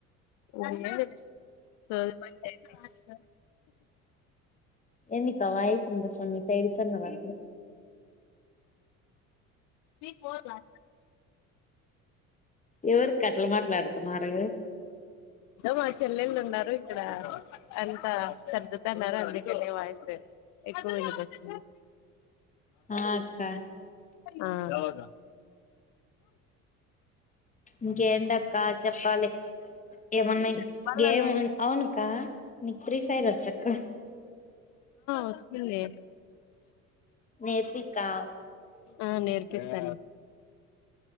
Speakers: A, on the left (about 45°); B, on the left (about 15°).
A: ఏం లేదు, సోది పని చేయాలి.
B: ఎన్నికా వాయిసు వినిపిస్త సైడ్ కన్న రా
A: మీ కో రా
B: ఎవరికి అట్లా మాట్లాడుతున్నారు
A: మా చెల్లెల్లు ఉన్నారు ఇక్కడ అంత సర్దుతాన్నారు అండి ఇక్కడ వాయిస్ ఎక్కువ వెళ్ళపోచ్చు
B: ఆ అక్క
A: ఆ
B: ఇంకేంటక్క చెప్పాలి ఏమన్నా
A: చెప్పాలా
B: గేమ్
A: నువ్వేమో
B: అవును కా మీకు ఫ్రీఫైరు వచక్క
A: వస్తుంది
B: నేర్పికా
A: ఆ నేర్పిస్తాను